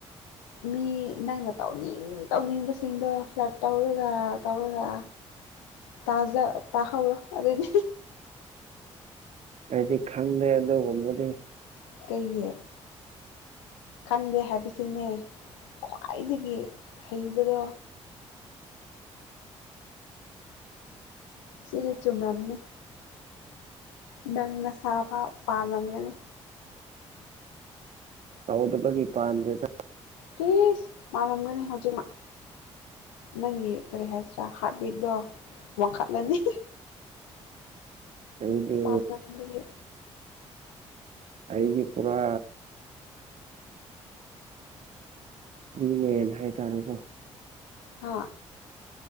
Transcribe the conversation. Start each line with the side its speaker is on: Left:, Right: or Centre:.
Left: ꯃꯤ ꯅꯪꯅ ꯇꯧꯅꯤꯡ ꯇꯧꯅꯤꯡꯕꯁꯤꯡꯗꯣ ꯐ꯭ꯂꯠ ꯇꯧꯔꯒ ꯇꯧꯔꯒ ꯇꯥꯖꯥ ꯇꯥꯥꯎꯔ ꯑꯗꯨꯗꯗꯤ
Right: ꯑꯩꯗꯤ ꯈꯪꯗꯦ ꯑꯗꯨꯒꯨꯝꯕꯗꯤ
Left: ꯀꯩꯒꯤ ꯈꯪꯗꯦ ꯍꯥꯏꯕꯁꯤꯅꯦ ꯈ꯭ꯋꯥꯏꯗꯒꯤ ꯍꯩꯕꯒ ꯁꯤꯔꯤ ꯆꯨꯝꯔꯝꯅꯤ ꯅꯪꯅ ꯁꯥꯕ ꯄꯥꯝꯂꯝꯒꯅꯤ
Right: ꯍꯥꯎꯗ ꯐꯒꯤ ꯏ ꯐꯗꯦꯗ
Left: ꯇꯁ ꯃꯥꯔꯝꯒꯅꯤꯅꯦ ꯍꯧꯖꯤꯛ ꯃꯥ ꯅꯪꯒꯤ ꯀꯔꯤ ꯍꯥꯏꯁꯤꯔꯥ ꯍꯥꯔꯠꯕꯤꯠꯇꯠꯇꯣ ꯋꯥꯡꯈꯠꯂꯅꯤ
Right: ꯑꯗꯨꯗꯤ
Left: ꯄꯥꯟꯃꯟꯕꯒꯤ
Right: ꯑꯩꯒꯤ ꯇꯔ ꯐꯔꯤꯅꯦꯟ ꯍꯥꯏꯇꯥꯔꯦꯀꯣ
Left: ꯍꯥ